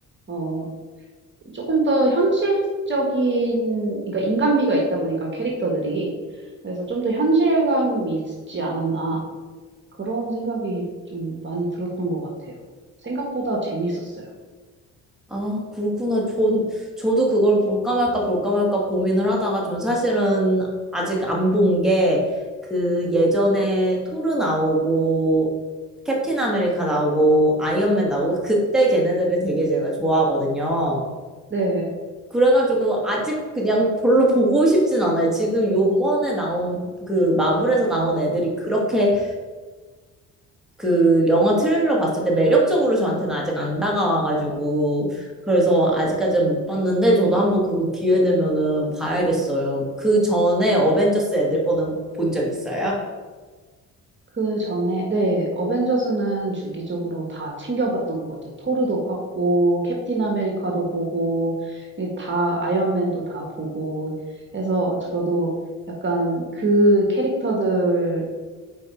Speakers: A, on the right; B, in the centre.
A: 어, 조금 더 현실적인, 그러니까 인간미가 있다 보니까 캐릭터들이. 그래서 좀 더 현실감이 있지 않았나. 그런 생각이 좀 많이 들었던 것 같아요. 생각보다 재밌었어요.
B: 아, 그렇구나. 전, 저도 그걸 볼까 말까 볼까 말까 고민을 하다가 전 사실은 아직 안 본 게 그 예전에 토르 나오고 캡틴 아메리카 나오고 아이언맨 나오고 그때 걔네들을 되게 제가 좋아하거든요.
A: 네.
B: 그래가지고 아직 그냥 별로 보고 싶진 않아요. 지금 요번에 나온 그 마블에서 나온 애들이 그렇게 그 영화 트레일러 봤을 때 매력적으로 저한테는 아직 안 다가와가지고 그래서 아직까지는 못 봤는데 저도 한번 그거 기회 되면은 봐야겠어요. 그 전에 어벤져스 애들 거는 본 적 있어요?
A: 그 전에, 네, 어벤져스는 주기적으로 다 챙겨봤던 것 같아요. 토르도 봤고, 캡틴 아메리카도 보고, 이게 다, 아이언맨도 다 보고 해서 저도 약간 그 캐릭터들에